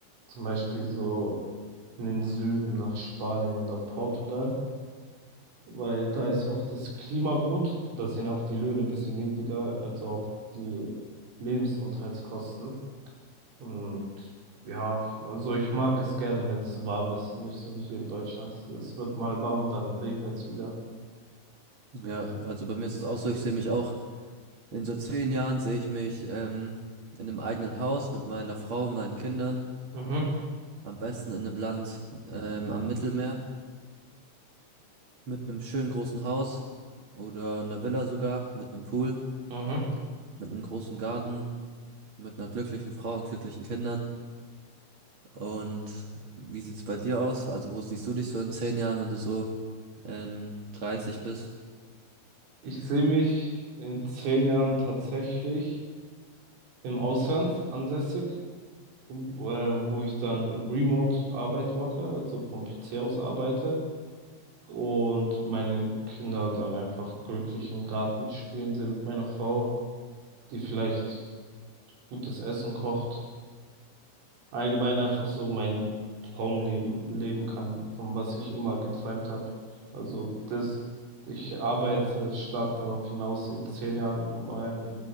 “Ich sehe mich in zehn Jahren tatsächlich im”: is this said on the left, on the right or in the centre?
Right